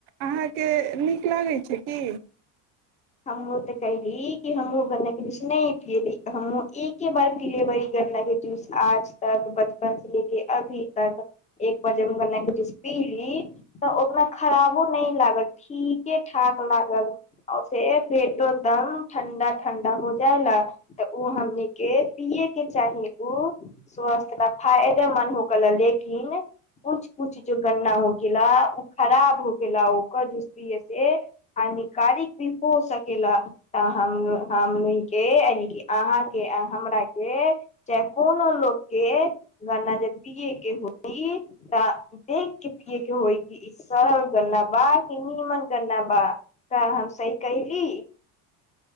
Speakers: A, on the right; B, on the left.
A: अहाँके नीक नठीक लागै छै की
B: हमहुँ तऽ कहैली कि हमहुँ गन्ना के जूस नहि पियली हमँ एके बार पी लेब गन्ना के जूस आज तक बचपन से लेके अभी तक एक बार जब गन्ना के जूस पीली तऽ ओतना खराबो नहि लागल ठीके ठाक लागल आ से पेटो एकदम ठंडा ठंडा हो जाय ला तऽ उ हमन के पिये के चाही उ स्वस्थ ला फायदेमन्द हो गेला लेकिन कुछ कुछ जो गन्ना हो गेला उ खराब हो गेला ओकर जस पिये से हानिकारक हो सकेला तऽ हम हमन के यान अहा के हमरा के चाहे कोनो लग के गन्ना जे पियए के होई तऽ देख के पिये के होई कि ई सरल गन्ना बा कि नीमन गन्ना बा क रोसी कहहिली